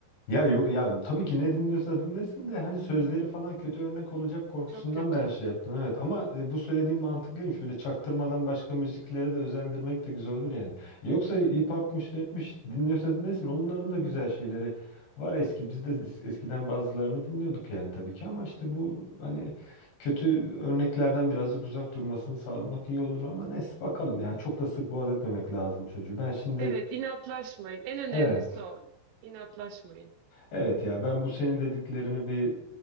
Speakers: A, on the left; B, on the right.
A: Ya yo- ya tabii ki ne dinliyorsa dinlesin de hani sözleri falan kötü örnek olacak korkusundan
B: Çok kötü.
A: ben şey yaptım evet ama e, bu söylediğim mantıklıymış böyle çaktırmadan başka müziklere de özendirmek de güzel olur yani. E, Yoksa hip hop'mış rap'miş dinliyorsa dinlesin onların da güzel şeyleri var eski biz de es- eskiden bazılarını dinliyorduk yani tabii ki ama işte bu hani kötü örneklerden birazcık uzak durmasını sağlamak iyi olur ama neyse bakalım ya çok da sık boğaz etmemek lazım çocuğu ben şimdi
B: Evet inatlaşmayın. En önemlisi
A: Evet.
B: o. İnatlaşmayın.
A: Evet ya ben bu senin dediklerini bir